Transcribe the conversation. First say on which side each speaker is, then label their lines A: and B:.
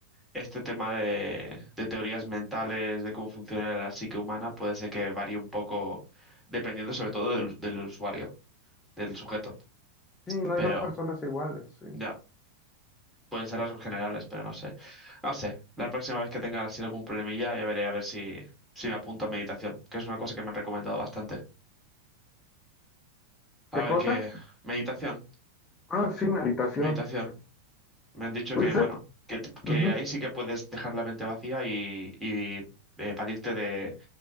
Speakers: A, in the centre; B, on the left.
A: este tema de, de teorías mentales, de cómo funciona la psique humana, puede ser que varíe un poco dependiendo sobre todo del, del usuario, del sujeto.
B: Sí, no
A: Pero,
B: hay dos personas iguales, sí.
A: ya. Pueden ser rasgos generales, pero no sé. No sé. La próxima vez que tenga así algún problemilla, ya veré a ver si, si me apunto a meditación, que es una cosa que me han recomendado bastante. A
B: ¿Qué
A: ver
B: cosa?
A: qué. Meditación,
B: Ah, sí, meditación.
A: meditación. Me han dicho
B: Pues,
A: que, bueno,
B: eh,
A: que, t- que
B: ujú,
A: ahí sí que puedes dejar la mente vacía y, y eh, evadirte de.